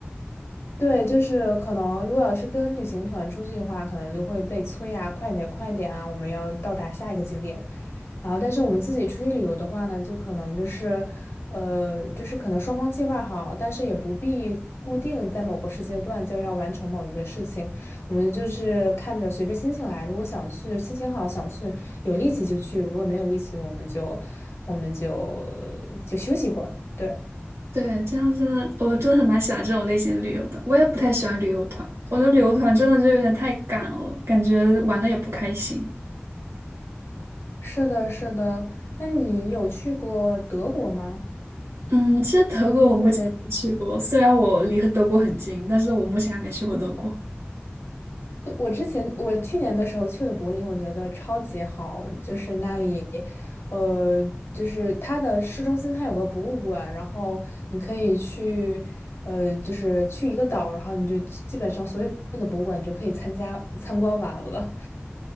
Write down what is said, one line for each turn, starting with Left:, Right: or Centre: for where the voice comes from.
Left: 对，就是可能，如果要是跟旅行团出去的话，可能就会被催啊，快点，快点啊，我们要到达下一个景点。然后，但是我们自己出去旅游的话呢，就可能就是，呃，就是可能双方计划好，但是也不必固定在某个时间段就要完成某一个事情。我们就是看着随着心情来，如果想去，心情好想去，有力气就去；如果没有力气，我们就我们就呃就休息一会儿。对。
Right: 对，这样真的，我真的很蛮喜欢这种类型的旅游的。我也不太喜欢旅游团，我觉得旅游团真的就有点太赶了，感觉玩的也不开心。
Left: 是的，是的。那你有去过德国吗？
Right: 嗯，其实德国我目前还没去过，
Left: 或者，
Right: 虽然我离德国很近，但是我目前还没去过德国。
Left: 对我之前我去年的时候去了柏林，我觉得超级好，就是那里，呃，就是它的市中心它有个博物馆，然后你可以去，呃，就是去一个岛，然后你就基本上所有的博物馆你就可以参加参观完了。